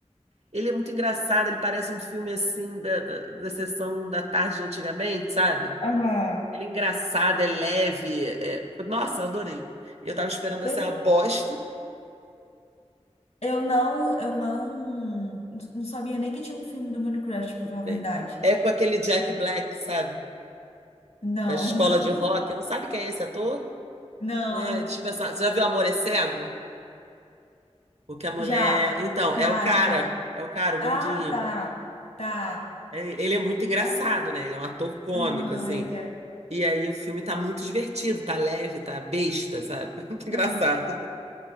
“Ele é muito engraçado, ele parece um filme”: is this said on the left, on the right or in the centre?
Right